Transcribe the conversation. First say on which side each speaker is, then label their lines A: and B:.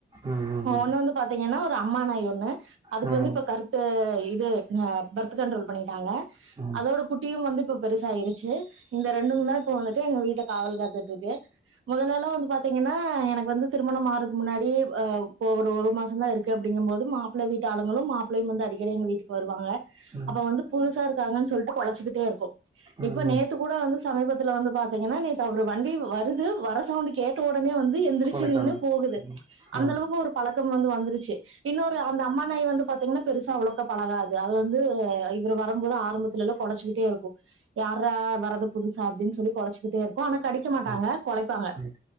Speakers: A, on the right; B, on the right.
A: ம் ம் ம்
B: ஒண்ணு வந்து பாத்தீங்கன்னா ஒரு அம்மா நாய் ஒண்ணு அதுக்கு
A: ஆமா
B: வந்து இப்ப கருத்த இது ஆ பெர்த் கண்ட்ரோல் பண்ணிட்டாங்க
A: ம்
B: அதோட குட்டியு வந்து இப்ப பெருசாயிருச்சு இந்த ரெண்டுந்தா இப்ப வந்துட்டு எங்க வீட்ட காவல் காத்துட்டுருக்கு மொதலல்லா வந்து பாத்தீங்கன்னா எனக்கு வந்து திருமணம் ஆறதுக்கு முன்னாடியே அ இப்ப ஓ ஒரு மாசம் தா இருக்கே அப்டிங்க போது மாப்பிளை வீட்டு ஆளுங்களு மாப்பிளையு வந்து அடிக்கடி எங்க வீட்டுக்கு வருவாங்க
A: ம்
B: அப்ப வந்து புதுசா இருக்காங்கன்னு சொல்லிட்டு கொலச்சுக்கிட்டே இருக்கும்
A: ம்
B: இப்ப
A: ம்
B: நேத்து கூட வந்து சமீபத்துல வந்து பாத்தீங்கன்னா நேத்து அவர் வண்டி வருது வர சவுண்ட் கேட்ட உடனே வந்து எந்திரிச்சு
A: கொலைக்கானல்
B: நின்னு போகுது ச் அந்த
A: ஆ
B: அளவுக்கு ஒரு பழக்கம் வந்து வந்துருச்சு இன்னு ஒரு ஆ அந்த அம்மா நாய் வந்து பாத்தீங்கன்னா பெருசா அவ்ளக்கா பழகாது அது வந்து இவர் வரும்போது ஆரம்பத்துல எல்லா கொலச்சுக்கிட்டே இருக்கு யார்ரா வர்றது புதுசா அப்டின்னு சொல்லி கொலச்சுக்கிட்டே இருக்கும் ஆனா கடிக்க மாட்டாங்க
A: ம்
B: கொலப்பாங்க
A: ம்